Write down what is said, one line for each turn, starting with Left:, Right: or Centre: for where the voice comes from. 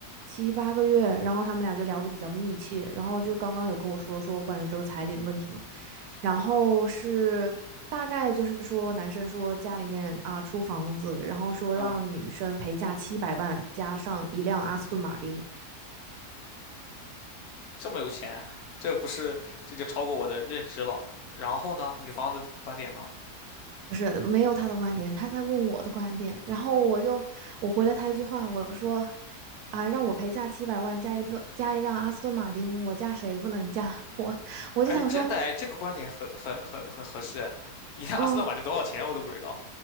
Right: 七八个月，然后他们俩就聊得比较密切，然后就刚刚有跟我说说关于这个彩礼的问题嘛。
Left: 天呐，
Right: 然后是大概就是说，男生说家里面啊出房子，然后说让女生陪嫁七百万，
Left: 嗯，
Right: 加上一辆阿斯顿马丁。
Left: 这么有钱，这不是，这就超过我的认知了。然后呢，女方的观点呢？
Right: 不是，没有他的观点，他在问我的观点。然后我就我回了他一句话，我说啊，让我陪嫁七百万，加一顿加一辆阿斯顿马丁，我嫁谁不能嫁？<laughs> 我我就想说，
Left: 哎，真的哎，这个观点很很很很合适。你看，
Right: 嗯，
Left: 阿斯顿马丁多少钱我都不知道，